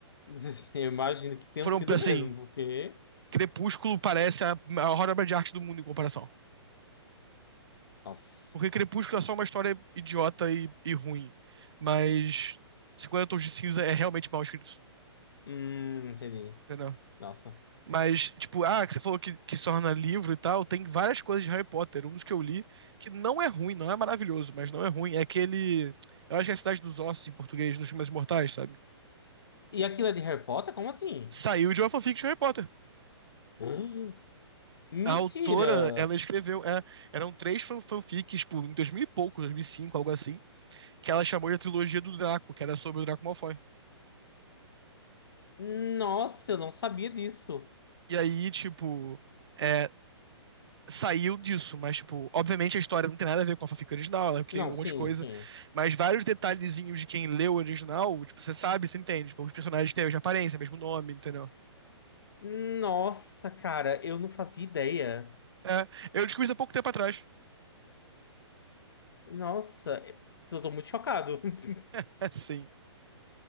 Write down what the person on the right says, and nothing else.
Foram,
assim,
Crepúsculo parece a maior obra de arte do mundo em comparação.
Porque Crepúsculo é só uma história idiota e, e ruim. Mas 50 Tons de Cinza é realmente mal escrito,
entendeu?
Mas, tipo, ah, que você falou que, que se torna livro e tal, tem várias coisas de Harry Potter. Um dos que eu li, que não é ruim, não é maravilhoso, mas não é ruim. É aquele. Eu acho que é a Cidade dos Ossos em português, nos filmes mortais, sabe?
Saiu de uma fanfic de Harry Potter.
A autora, ela escreveu, é, eram três fan- fanfics, tipo, em 2000 e pouco, 2005, algo assim, que ela chamou de a trilogia do Draco, que era sobre o Draco Malfoy.
E aí, tipo, é, saiu disso, mas, tipo, obviamente a história não tem nada a ver com a fanfic original, ela criou
um
monte de coisa,
mas vários detalhezinhos de quem leu o original, tipo, você sabe, você entende, tipo, os personagens têm a mesma aparência, mesmo nome, entendeu?
É, eu descobri isso há pouco tempo atrás.
<laughs> É, Sim.